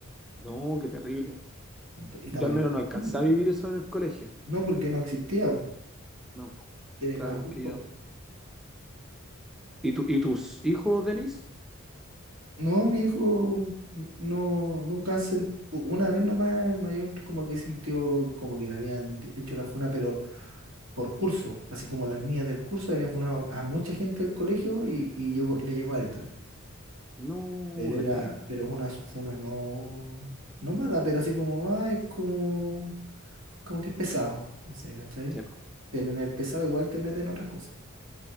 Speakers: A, in the centre; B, on the right (about 70°).
A: No, qué terrible.
B: Ento- y estamos
A: Yo al
B: hablando
A: menos no
B: de
A: alcancé
B: niños,
A: a vivir
B: No
A: eso en el colegio.
B: No, porque no existía, po,
A: No, po.
B: que era
A: Claro,
B: más
A: porque
B: viejo,
A: yo. ¿Y tu, y tus hijos, Denis?
B: No, mi hijo, n- no, nunca han sentido, una vez nomás el mayor como que sintió como que le habían di- hecho una funa, pero por curso, así como las niñas del curso habían funado a mucha gente del colegio y, y llegó, le llegó a él también.
A: No,
B: Pero
A: ¿verdad?
B: era, pero es una su- funa no, no mala, pero así como, ah, es como, como que es pesado, no sé, ¿cachai?
A: Sí, po.
B: Pero en el pesado igual te meten otras cosas.